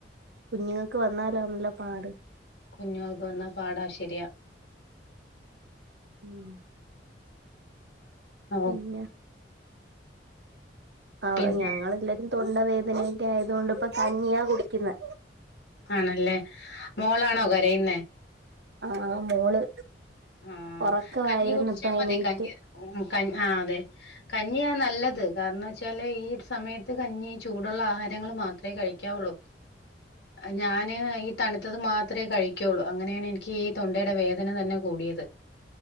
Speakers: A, on the right (about 70°); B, on the left (about 65°).
A: കുഞ്ഞുങ്ങൾക്ക് വന്നാലാണല്ലോ പാട്
B: കുഞ്ഞുങ്ങൾക്ക് വന്ന പാടാ ശരിയാ
A: ഉം
B: ഓ,
A: പിന്നെ അഹ്
B: പിന്നെ
A: ഞങ്ങളെല്ലരും തൊണ്ടവേദനൊക്കെ ആയതുകൊണ്ട് ഇപ്പ കഞ്ഞിയാ കുടിക്കുന്നെ
B: ആണല്ലേ മോളാണോ കരയുന്നെ
A: ആഹ്‌ മോള്
B: ആഹ്
A: ഒറക്കവായിരുന്നു
B: കഞ്ഞി കുടിച്ചാ
A: ഇപ്പ
B: മതി
A: എണീറ്റ്
B: കഞ്ഞി ഉം കഞ് ആഹ് അതെ കഞ്ഞിയാ നല്ലത് കാരണം വച്ചാല് ഈ സമയത്ത് കഞ്ഞി ചൂടുള്ള ആഹാരങ്ങൾ മാത്രേ കഴിക്കാവുള്ളൂ ഞാന് ഈ തണുത്തത് മാത്രേ കഴിക്കുള്ളൂ അങ്ങനെയാണ് എനിക്ക് ഈ തൊണ്ടയുടെ വേദന തന്നെ കൂടിയത്